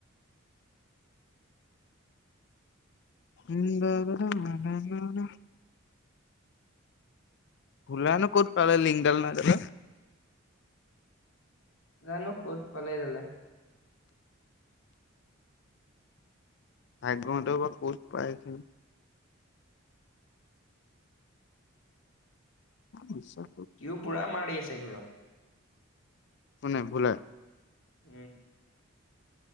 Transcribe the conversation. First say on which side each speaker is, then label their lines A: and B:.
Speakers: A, on the left (about 55°); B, on the left (about 75°).
A: এ মানান ভোল নো ক'ত পালে লিংডাল না যাব
B: জানো ক'ত পালাই জালে
A: ভাগ্যহতে বা ক'ত পাইছিল নিশ্চয়
B: সও পুৰা মাৰি আছে ঘৰত
A: শ নাই ভুল
B: উম।